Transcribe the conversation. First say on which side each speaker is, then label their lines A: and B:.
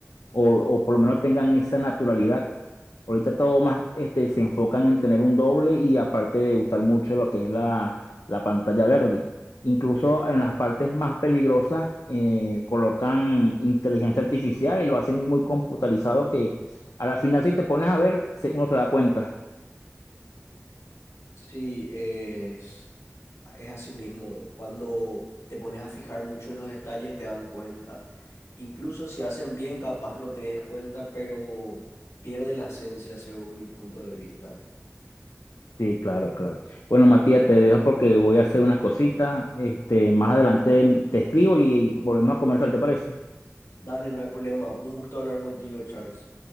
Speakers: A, on the left; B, on the left.
A: o, o por lo menos tengan esa naturalidad. Ahorita todo más este, se enfocan en tener un doble y aparte de usar mucho lo que es la, la pantalla verde. Incluso en las partes más peligrosas eh, colocan inteligencia artificial y lo hacen muy computarizado que a la final si te pones a ver se- uno se da cuenta.
B: Sí, es, es así mismo. Cuando te pones a fijar mucho en los detalles te dan cuenta. Incluso si hacen bien, capaz no te des cuenta, pero pierde la esencia según mi punto de vista.
A: Sí, claro, claro. Bueno, Matías, te dejo porque voy a hacer unas cositas. Este, más adelante te escribo y, y volvemos a conversar, ¿te parece?
B: Dale, no hay problema. Un gusto hablar contigo, Charles.